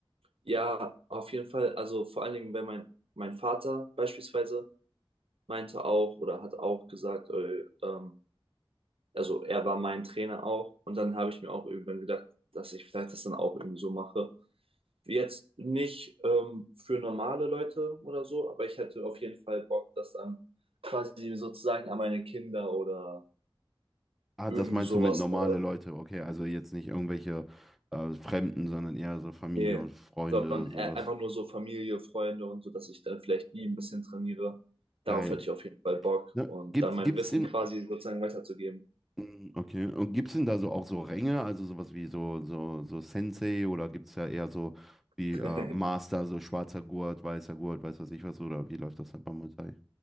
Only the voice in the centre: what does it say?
Ah,
das meinst
du mit normale
Leute, okay, also jetzt nicht irgendwelche äh, Fremden, sondern eher so Familie
und Freunde,
sowas.
Geil.
Ne?
Gibt,
gibt's
in,
Mm, Okay. Und gibt es denn da so auch so Ränge, also sowas wie so, so, so Sensei oder gibt es ja eher so wie
äh, Master, so schwarzer Gurt, weißer Gurt, weiß was ich was, oder wie läuft das halt beim Muay Thai?